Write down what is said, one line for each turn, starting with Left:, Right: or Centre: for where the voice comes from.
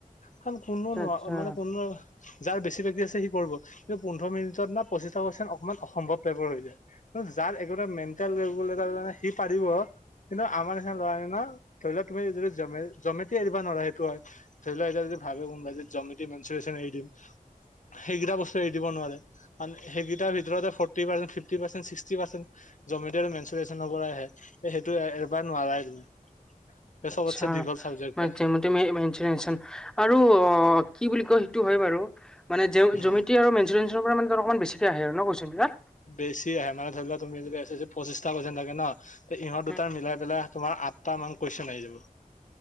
Left: কাৰ কোনো
Centre: আচ্ছা
Left: নোৱাৰ
Centre: আচ্ছা
Left: মানে কোনো যাৰ বেছি বাকি আছে সি কৰিব কিন্তু পোন্ধৰ মিনিটত ন পঁচিছটা কোৱেচন অকমান অসম্ভৱ টাইপৰ হৈ যায়। যাৰ একোটা মেণ্টেল <inaudible> সি পাৰিব কিন্তু আমাৰ নিচনা ল'ৰাই ন ধৰি লোৱা তুমি যদি জমে জমেটি এৰিব নোৱাৰা সে টয়, ধৰি ললে এতিয়া যদি ভাবে কোনবাই যে জমিতে মেঞ্চু্যন <inaudible> এৰি দিম সেইকেইটা বস্তু এৰি দিব নোৱাৰে। আন সেইকেইটাৰ ভিতৰতে forty percent, fifty percent, sixty percent geometry আৰু মেনচোৰেচনৰ পৰা আহে। সেইটো এ এবাৰ নোৱাৰাই তুমি।
Centre: আচ্ছা
Left: চবতছে দীঘল চাবজেক্ট
Centre: মান
Left: হয়।
Centre: <unintelligible> আৰু অ কি বুলি কয় সেইটো হয় বাৰু মানে জ্যামিতি
Left: উম।
Centre: আৰু মেনচোৰেনচৰ পৰা মানে ত অকমান বেছিকে আহে আৰু ন কুৱেচনবিলাক?
Left: বেছি আহে মানে ধৰি লোৱা, তুমি যদি এছ এছ চিত পঁচিশটা কইশ্যন থাকে ন'। তো ইহঁত দুটা
Centre: উম,
Left: মিলাই পেলাই তোমাৰ আঠটামান কইশ্যন আহি যাব।